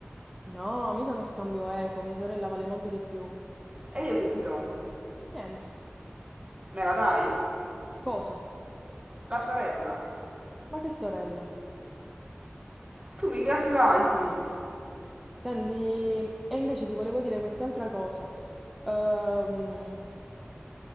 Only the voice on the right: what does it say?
E io che ti do?
Me la dai?
La sorella.
Tu mi gaslighti.